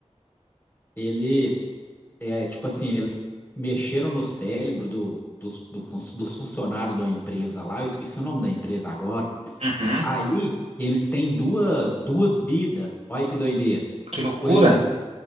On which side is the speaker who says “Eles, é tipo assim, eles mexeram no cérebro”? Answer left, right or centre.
Left